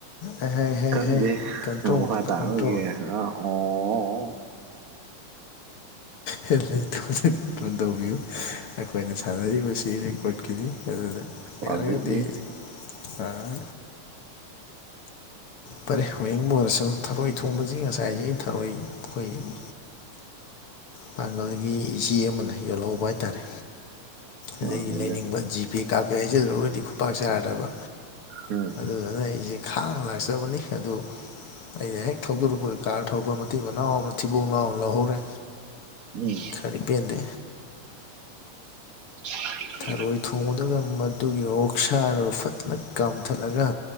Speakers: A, on the left; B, on the right.
A: ꯑꯩꯍꯩ ꯍꯩ
B: ꯈꯪꯗꯦ
A: ꯍꯩ ꯀꯟꯇ꯭ꯔꯣꯜ
B: ꯑ ꯃꯈꯥ ꯇꯥꯔꯔꯣꯏꯒꯦꯔꯥ
A: ꯀꯟꯇ꯭ꯔꯣꯜ
B: ꯑ ꯑꯣ
A: ꯍ ꯂꯩꯇꯣꯟ ꯂꯩꯇꯣꯟ ꯇꯧꯕꯤꯌꯨ ꯑꯩꯈꯣꯏꯅ ꯁꯥꯟꯅꯔꯤꯕꯁꯤ ꯔꯦꯀꯣꯔꯠꯀꯤꯅꯤ ꯑꯗꯨ ꯑꯗꯨ
B: ꯄꯕ꯭ꯂꯤꯛꯅꯤ
A: ꯌꯥꯔꯒꯗꯤ ꯑꯥ ꯐꯔꯦ ꯍꯌꯦꯡꯕꯨ ꯑꯣꯏꯔꯁꯨ ꯊꯔꯣꯏ ꯊꯣꯡꯕꯁꯤ ꯉꯁꯥꯏꯁ ꯑꯩ ꯊꯔꯣꯏ ꯑꯩꯈꯣꯏꯒꯤ ꯄꯥꯡꯒꯜꯒꯤ ꯏꯆꯦ ꯑꯃꯅ ꯌꯣꯜꯍꯧꯕ ꯍꯥꯏꯇꯥꯔꯦ ꯑꯗꯒꯤ
B: ꯑꯥ ꯍꯥꯏꯕ
A: ꯂꯩꯅꯤꯡꯕ ꯖꯤꯄꯦ ꯀꯥꯞꯀꯦ ꯍꯥꯏꯁꯤꯜꯂꯨꯔꯗꯤ ꯈꯨꯄꯥꯛ ꯁꯥꯔꯗꯕ
B: ꯎ
A: ꯑꯗꯨꯗꯨꯅ ꯑꯩꯁꯦ ꯈꯥꯡꯅ ꯂꯥꯛꯆꯕꯅꯤ ꯑꯗꯨ ꯑꯩꯅ ꯍꯦꯛ ꯊꯧꯗꯣꯔꯛꯄ ꯀꯥꯔ ꯊꯧꯕ ꯃꯇꯤ ꯃꯅꯥꯎ ꯑꯃꯅ ꯊꯤꯕꯣꯡ ꯂꯅꯥ ꯑꯃ ꯂꯧꯍꯧꯔꯦ
B: ꯎꯝ
A: ꯈꯔ ꯄꯦꯟꯗꯦ
B: <unintelligible>
A: ꯊꯔꯣꯏ ꯊꯣꯡꯕꯗꯨꯒ ꯃꯗꯨꯒꯤ ꯑꯣꯛ ꯁꯥꯗꯨꯒ ꯐꯖꯅ ꯀꯥꯝꯊꯠꯂꯒ